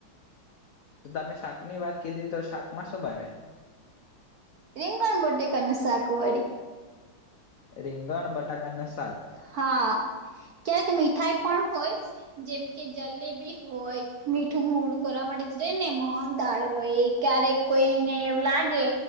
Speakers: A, on the left; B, on the right.
A: તમે શાક ની વાત કીધી તો શાક માં શું ભાવે
B: રીંગણ બટેકાનું શાકવળી
A: રીંગણ બટાકાના શાક
B: હા ક્યારેક મીઠાઈ પણ હોય જેમ કે જલેબી હોય મીઠું મોડું કરવા માટે તો જઈ ને મોહન થાળ હોય ક્યારેક કોઈને એવું લાગે